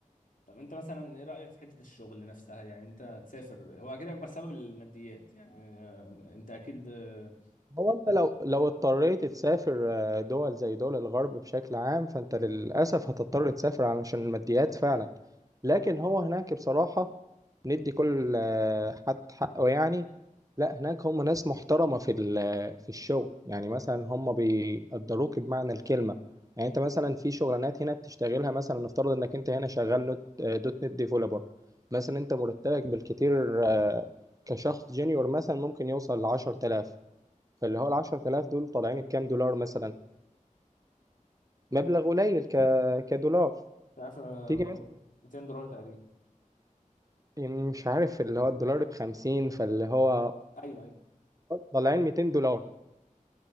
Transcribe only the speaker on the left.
طب انت مثلا ايه رأيك في حتة الشغل نفسها يعني انت تسافر هو اكيد اكبر سبب الماديات يعني آه، انت اكيد آه،
مش عارف آه،
400
200 دولار تقريبا
ايوه ايوه